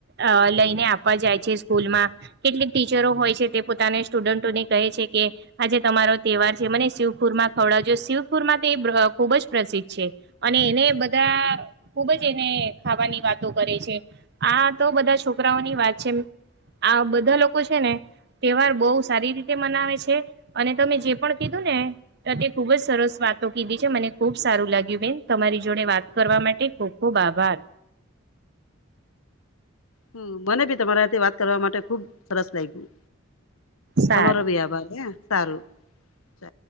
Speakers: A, on the right; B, on the left.
A: અહ લઈને આપ આપવા જાય છે સ્કૂલમાં, કેટલીક ટીચરો હોય છે તે પોતાને સ્ટુડન્ટોને કહે છે કે આજે તમારો તહેવાર છે મને શિવકુરમા ખવડાવજો શિવકુરમા તે ખુબજ પ્રસિદ્ધ છે. અને એને બધા ખુબ જ એને ખાવાની વાતો કરે છે આ તો બધા છોકરાઓની વાત છે આ બધા લોકો છે ને તહેવાર બહુ સારી રીતે મનાવે છે અને તમે જે પણ કીધું ને તે ખુબ જ સરસ વાતો કીધી છે મને ખુબ સારું લાગ્યું બેન તમારી જોડે વાત કરવા માટે ખૂબ ખૂબ આભાર
B: હ મને બી તમારા સાથે વાત કરવા માટે ખુબ સરસ લાગ્યું
A: સારું
B: તમારો બી આભાર હે સારું ચાલ